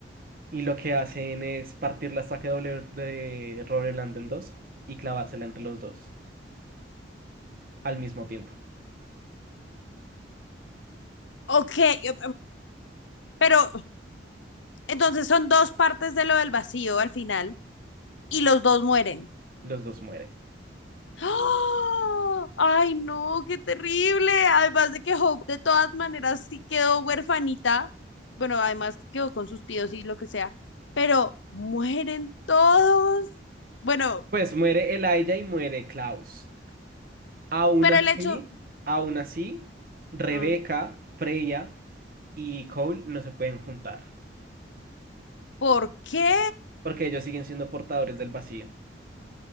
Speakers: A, on the right (about 50°); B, on the left (about 85°).
A: Y lo que hacen es partir la estaca de doble- de Robert Land en dos y clavársela entre los dos al mismo tiempo.
B: Ok, eh, pero entonces son dos partes de lo del vacío al final y los dos mueren.
A: Los dos mueren.
B: ¡Ah! ¡Ay, no! ¡Qué terrible! Además de que Hope de todas maneras sí quedó huerfanita. Bueno, además que quedó con sus tíos y lo que sea. Pero mueren todos. Bueno,
A: Pues muere Elijah y muere Klaus. Aún
B: pero
A: así,
B: el hecho...
A: aún así, Rebeca,
B: ah,
A: Freya y Cole no se pueden juntar.
B: ¿Por qué?
A: Porque ellos siguen siendo portadores del vacío.